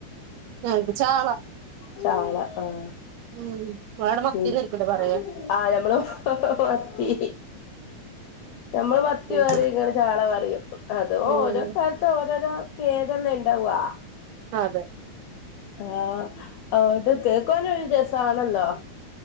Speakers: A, on the right (about 80°); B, on the left (about 75°).
A: ഞങ്ങക്ക് ചാള
B: ചാള ആഹ്
A: ഉം നിങ്ങളവിടെ മത്തിന്നായിരിക്കുല്ലേ
B: ഉം
A: പറയാ
B: ആഹ് ഞമ്മള് മത്തി ഞമ്മള് മത്തി
A: ഉം
B: പറിയും ഇങ്ങള് ചാള പറയും അത് ഓരോ
A: ഉം
B: സ്ഥലത്ത് ഓരോരോ പേരല്ലേ ഉണ്ടാവാ
A: അതെ
B: ആഹ് അതുകൊണ്ട് കേക്കുവാനൊരു രസവാണല്ലോ